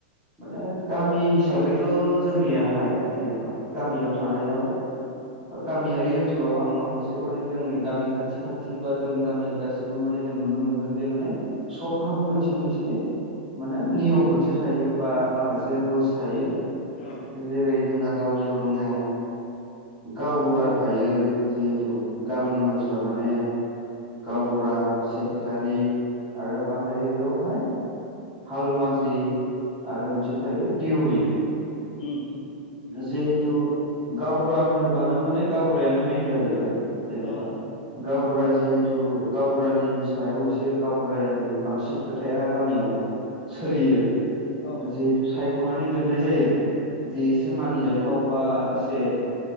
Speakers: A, in the centre; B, on the left.
A: माने गामि हिसाबैथ' जोंनियाहाय जेनेबा गामियाव थानायाव गामियारि ओनसोलाव आं माखासे माने जोंनि गामि खाथि खाथि बा जों गामि गासिबो माने जों नुनो मोनदों जे माने सबहाबो मोनसे मोनसे माने नियम मोनसे थायो बा माखासे रुल्स थायो
B: औ
A: जेरै जोंना गामियाव दङ गावबुरा थायो जिहेथु गामिनि मानसिफ्रा माने गावबुरा सेक्रेटारि आरो मा थायो बेयावहाय हालमाजि आरो मोनसे थायो देउरि
B: उम
A: जिहेथु गावबुरा होनोबानो माने गावबुरायानो मेन जाहैबाय जेनेबा
B: औ
A: गावबुरा जिहे गावबुरानि सायाव एसे गावबुरानि बांसिन खोथाया गामियाव सोलियो
B: औ
A: जिहेथु सायख'नानै दोननाय जायो जि एसे मानिजाथाव बा एसे